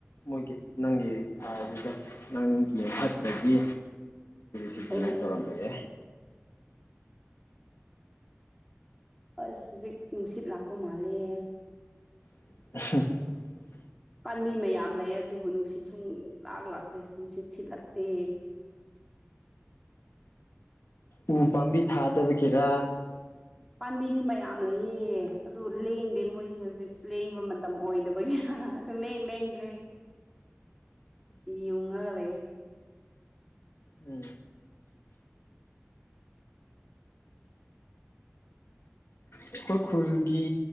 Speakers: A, on the left; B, in the centre.
A: ꯃꯣꯏꯒꯤ ꯅꯪꯒꯤ ꯐꯔꯤꯗꯣ ꯅꯪꯒꯤ ꯐꯠꯇ꯭ꯔꯗꯤ ꯁꯤꯅ
B: ꯑꯣ
A: ꯇꯧꯔꯝꯕꯒꯦ
B: ꯑꯁ ꯍꯧꯖꯤꯛ ꯅꯨꯡꯁꯤꯠ ꯂꯥꯛꯄ ꯃꯥꯂꯦ
A: <unintelligible>
B: ꯄꯥꯝꯕꯤ ꯃꯌꯥꯝ ꯂꯩ ꯑꯗꯨꯕꯨ ꯅꯨꯡꯁꯤꯠ ꯁꯨꯡ ꯂꯥꯛ ꯂꯥꯛꯇꯦ ꯅꯨꯡꯁꯤꯠ ꯁꯤꯠꯂꯛꯇꯦ
A: ꯎ ꯄꯥꯝꯕꯤ ꯊꯥꯗꯕꯒꯤꯔꯥ
B: ꯄꯥꯝꯕꯤꯗꯤ ꯃꯌꯥꯝ ꯂꯩꯌꯦ ꯑꯗꯨ ꯂꯦꯡꯗꯦ ꯃꯣꯏꯁꯦ ꯍꯧꯖꯤꯛ ꯂꯦꯡꯕ ꯃꯇꯝ ꯑꯣꯏꯗꯕꯒꯤ ꯁꯨꯡ ꯂꯦꯡ ꯂꯦꯡꯗ꯭ꯔꯔꯤ ꯌꯨꯡꯉꯒ ꯂꯩꯔꯦ
A: ꯎꯝ ꯑꯩꯈꯣꯏ ꯈꯨꯜꯒꯤ